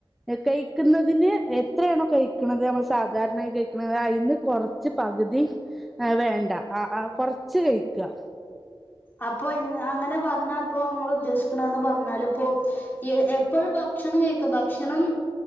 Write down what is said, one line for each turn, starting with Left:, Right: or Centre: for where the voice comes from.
Centre: കഴിക്കുന്നതിന് എത്രണോ കഴി കുന്നത് നമ്മൾ സാധാരണായി കഴിക്ക അതിന്ന് കുറച്ച് പകുതി വേണ്ട കുറച്ചു കഴിക്കുക
Left: അപ്പൊ അങ്ങനെ പറഞ്ഞാപ്പോ നിങ്ങൾ ഉദ്ദേശിക്കണന്ന് പറഞ്ഞാല ഇപ്പോ എപ്പോഴും ഭക്ഷണം കഴിക്കാം ഭക്ഷണം